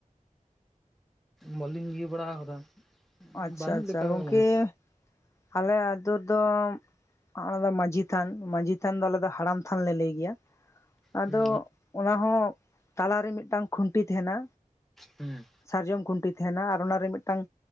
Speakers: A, in the centre; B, on the left.
A: ᱵᱚᱞᱤᱧ ᱤᱭᱟᱹ ᱵᱟᱲᱟ ᱟᱠᱟᱫᱟ ᱾
B: ᱟᱪᱪᱷᱟ
A: ᱵᱟᱹᱱᱩᱜ
B: ᱟᱪᱪᱷᱟ
A: ᱞᱮᱠᱟ
B: ᱜᱚᱝᱠᱮ
A: ᱜᱮ
B: ᱟᱞᱮ ᱟᱛᱳ ᱫᱚ ᱟᱞᱮ ᱫᱚ ᱢᱟᱹᱡᱷᱤ ᱛᱷᱟᱱ ᱢᱟᱹᱡᱷᱤ ᱛᱷᱟᱱ ᱫᱚ ᱟᱞᱮ ᱫᱚ ᱦᱟᱲᱟᱢ ᱛᱷᱟᱱ ᱞᱮ ᱞᱟᱹᱭ ᱜᱮᱭᱟ ᱾ ᱟᱫᱚ
A: ᱦᱩᱸ
B: ᱚᱱᱟ ᱦᱚ ᱛᱟᱞᱟᱨᱮ ᱢᱤᱫᱴᱟᱝ ᱠᱷᱩᱱᱴᱤ ᱛᱟᱦᱮᱸᱱᱟ
A: ᱦᱩᱸ
B: ᱥᱟᱨᱡᱚᱢ ᱠᱷᱩᱱᱴᱤ ᱛᱟᱦᱮᱱᱟ ᱟᱨ ᱚᱱᱟᱨᱮ ᱢᱤᱫᱴᱟᱝ